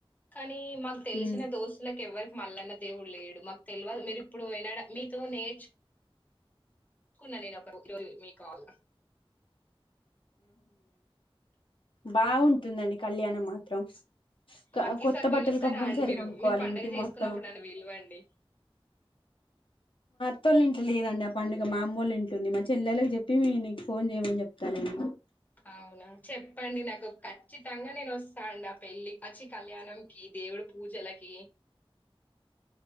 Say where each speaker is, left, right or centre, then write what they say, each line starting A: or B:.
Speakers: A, on the left (about 15°); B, on the left (about 60°).
A: కనీ మాకు తెలిసిన
B: ఉమ్
A: దోసులకు ఎవ్వరికి మల్లన్న దేవు లేడు మాకు తెల్వదు మీరు ఇప్పుడు పోయినాడా మీతో నేర్చ్ కున్నా నేను ఒక <unintelligible> రోజు మీ కాల్ ల
B: బాగుంటుందని కళ్యాణం మాత్రం క
A: మాకు
B: కొత్త
A: ఈసారి పీలుస్తారా
B: బట్టలు కంపల్సరీ
A: అండి మీరు
B: కొనుక్కోవాలి
A: మీరు పండగ
B: ఇంటి
A: చేసుకున్నప్పుడు
B: మొత్తం
A: అన్న విలువండి
B: అత్తోలింట్ల లేదండి ఆ పండుగ మామ్మోలింట్లుంది మా చెల్లలకు చెప్పి మీ నీకు ఫోన్ చేయమని చెప్తా లెండి
A: అవునా చెప్పండి నాకు ఖచ్చితంగా నేను వస్తాను అండి ఆ పెళ్ళి కచ్చి కళ్యాణంకి దేవుడు పూజలకి